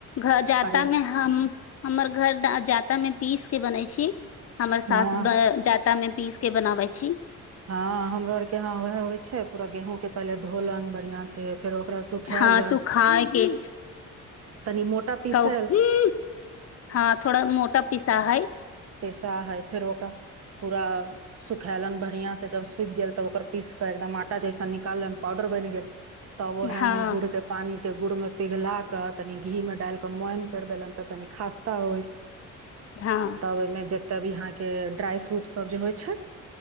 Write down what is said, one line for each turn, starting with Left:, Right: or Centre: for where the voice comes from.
Left: घ जाता
Right: परे
Left: मे हम हमर घर जाता मे पीस के बनै छी की हमर सास
Right: हँ
Left: जाता में पीस के बनावै छै <unintelligible>
Right: हँ हमरो आरके यहाँ उएह होइ छै पूरा गेहूँ के पहिले धोलनि बढ़िआं से फेर ओकरा सुखेलन
Left: हँ सुखााय के
Right: तनी मोटा पीसल
Left: क हँ थोड़ा मोटा पीसा है
Right: पैसा है फेर ओकरा पूरा सुखैलन ब बढ़िआं से जब सुख गेल तब ओकर पीस क एकदम आटा जैसन निकालल पाउडर बनि गेल। तब व हमे
Left: हँ
Right: गुड़ के पानी। के गुड़ मे पिघला के तनि घी मे डाल क मम कर देलन त तनि खास्ता होइ।
Left: हँ
Right: तब ओहिमे जब भी यहाँके। के ड्राइ फ्रूट सब जे होइ छै